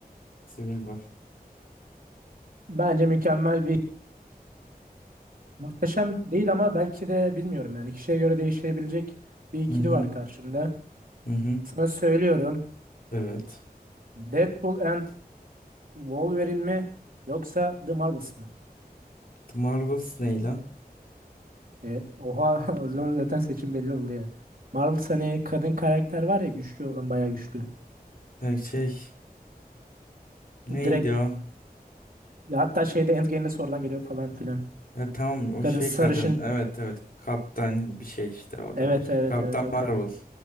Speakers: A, on the left (about 65°); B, on the right (about 65°).
A: Civil War.
B: Bence mükemmel bir muhteşem değil ama belki de bilmiyorum yani kişiye göre değişebilecek bir ikili
A: Hı hı.
B: var karşımda.
A: Hı hı.
B: Sana söylüyorum.
A: Evet.
B: Deadpool and Wolverine mi yoksa The Marvels mı?
A: The Marvels ne lan?
B: E, oha <laughs> o zaman zaten seçim belli oldu ya. Marvel hani kadın karakter var ya güçlü olan bayağı güçlü.
A: Ha, Şey neydi
B: Direkt
A: o?
B: ya hatta şeyde Endgame'de sorudan geliyor falan filan.
A: Ha, tamam o
B: Kadın
A: şey
B: sarışın.
A: kadın. Evet evet. Kaptan bir şey işte o
B: Evet
A: da bir.
B: evet
A: Kaptan
B: evet o
A: Marvel.
B: kadın.